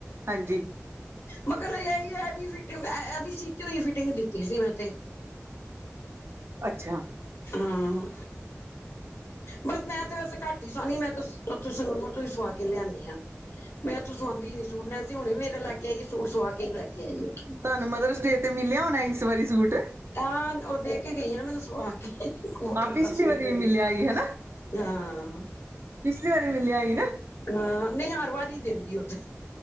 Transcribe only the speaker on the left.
ਮਗਰ ਇਹੀ ਐ ਵੀ ਫਿਟਿੰਗ ਇਹ ਇਹ ਵੀ ਸੀਤੀ ਹੋਈ ਫਿਟਿੰਗ ਦਿੱਤੀ ਸੀ ਮੈਂ ਤੇ!
ਹਾਂ, ਬਸ ਮੈਂ ਤੇ ਵਸ ਘੱਟ ਹੀ ਸਵਾਣੀ ਮੈਂ ਤਾਂ ਉੱਥੋਂ ਸੰਗਰੂਰ ਤੋਂ ਹੀ ਸਵਾ ਕੇ ਲਿਆਂਣੀ ਆ। ਮੈਂ ਇੱਥੋਂ ਸਵਾਉਦੀ ਨੀਂ ਸੂਟ ਮੈਂ ਸੋਂ ਹੁਣੇ ਮੇਰਾ ਲੈ ਕੇ ਆਈ ਸੂਟ ਸਵਾ ਕੇ ਹੀ ਲੈ ਕੇ ਆਈ ਆ,
ਹਾਂ, ਓ ਦੇ ਕੇ ਗਈ ਆ ਨਾ ਮੈਨੂੰ ਸੋ, ਕੋਟਨ
ਦਾ ਸੂਟ
ਵਧੀਆ
ਹਾਂ!
ਹਾਂ ਨਹੀਂ ਹਰ ਵਾਰ ਹੀ ਦਿੰਦੀ ਓ ਤੇ!